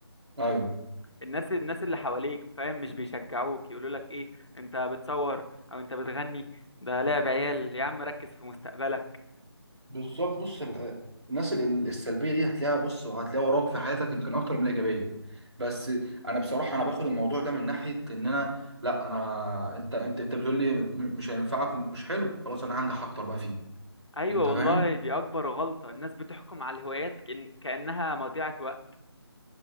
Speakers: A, on the right; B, on the left.
A: ايوه
B: الناس الناس اللي حواليك فاهم مش بيشجعوك يقولوا لك ايه انت بتصور او انت بتغني ده لعب عيال يا عم ركز في مستقبلك
A: بالظبط بص ال- الناس ال- ال- السلبيه دي هتلاقيها بص وهتلاقيها وراك في حياتك يمكن اكتر من الايجابيه بس انا بصراحه انا باخد الموضوع ده من ناحيه ان انا لا انا انت انت انت بتقول لي م- مش هينفعك ومش حلو خلاص انا هنجح اكتر بقى فيه
B: ايوه
A: انت فاهم
B: والله دي اكبر غلطة الناس بتحكم على الهوايات كأن- كأنها مضيعة وقت